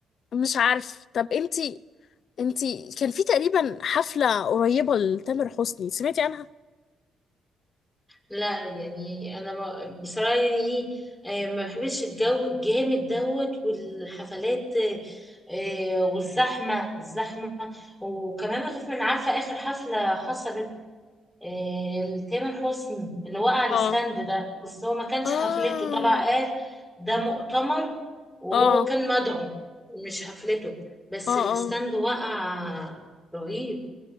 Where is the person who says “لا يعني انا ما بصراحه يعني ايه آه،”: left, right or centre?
Centre